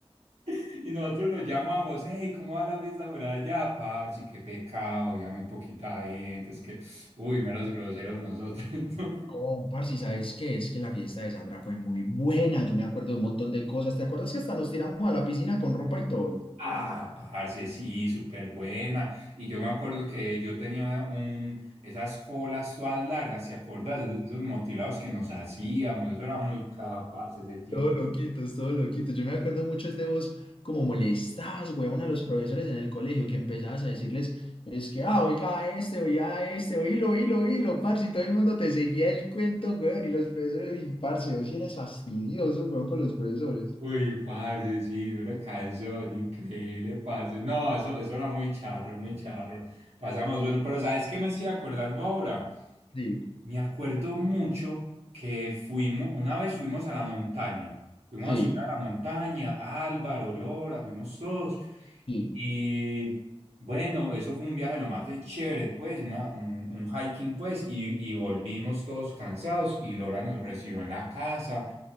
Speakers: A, on the right; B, on the left.
A: <laughs> y nosotros lo llamamos, hey, ¿cómo va la fiesta por allá, parce? Qué pecado, había muy poquita gente, es que, uy, meros groseros nosotros, <laughs> ¿no?
B: No, parce, ¿y ¿sabes qué? Es que la fiesta de Sandra fue muy buena. Yo me acuerdo de un montón de cosas. ¿Te acuerdas que hasta nos tiramos a la piscina con ropa y todo?
A: Ah, parce, sí, súper buena. Y yo me acuerdo que yo tenía un, esas colas todas largas, ¿te acuerdas? Esos motilados que nos hacíamos, eso era muy caro, parce, ese tiempo.
B: Todo loquitos, todo loquitos. Yo me acuerdo mucho es de vos como molestabas, huevón, a los profesores en el colegio, que empezabas a decirles, es que, ah, oiga a este, oiga a este, oílo, oílo, oílo, parce, y todo el mundo te seguía el cuento, huevón, y los profesores, y parce, vos sí eras fastidioso, huevón, con los profesores.
A: Uy, parce, sí, pero canción, increíble, parce. No, eso, eso era muy charro, muy charro. Pasamos, bueno, pero ¿sabes qué me estoy acordando ahora?
B: Sí,
A: Me acuerdo mucho que fuimos, una vez fuimos a la montaña, fuimos
B: sí,
A: a subir a la montaña, Álvaro, Lora, fuimos todos.
B: sí.
A: Y bueno, eso fue un viaje lo más de chévere, pues, una, un, un hiking, pues, y, y volvimos todos cansados y Lora nos recibió en la casa.